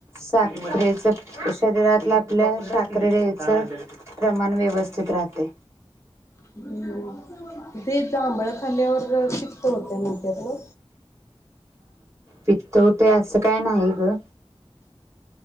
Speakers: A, on the right; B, on the left.
A: साखरेच शरीरातलं आपल्या साखरेेच प्रमाण व्यवस्थित राहते.
B: हम्म ते जांभळ खाल्ल्यावर पित्त होतं म्हणत्यात ना
A: पित्त होते असं काय नाही
B: <unintelligible> <unintelligible>
A: ग